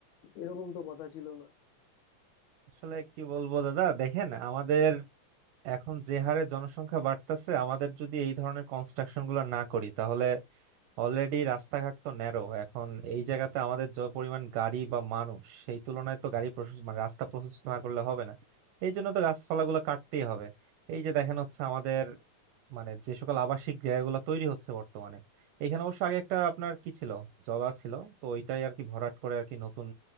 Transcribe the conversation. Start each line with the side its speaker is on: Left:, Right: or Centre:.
Left: এরকম তো কথা ছিল না
Right: আসলে কি বলবো দাদা দেখেন আমাদের এখন যে হারে জনসংখ্যা বাড়তেছে আমাদের যদি এই ধরনের কনস্ট্রাকশন গুলো না করি তাহলে অলরেডি রাস্তাঘাট তো ন্যারো এখন এই জায়গাতে আমাদের যে পরিমাণ গাড়ি বা মানুষ সেই তুলনায় তো গাড়ি প্রশস্ত মানে রাস্তা প্রশস্ত না করলে হবে না এই জন্য তো গাছপালাগুলো কাটতেই হবে এই যে দেখেন হচ্ছে আমাদের মানে যে সকল আবাসিক জায়গাগুলো তৈরি হচ্ছে বর্তমানে এখানে অবশ্য আগে একটা আপনার কি ছিল জলা ছিল তো ওইটাই আর কি ভরাট করে আর কি নতুন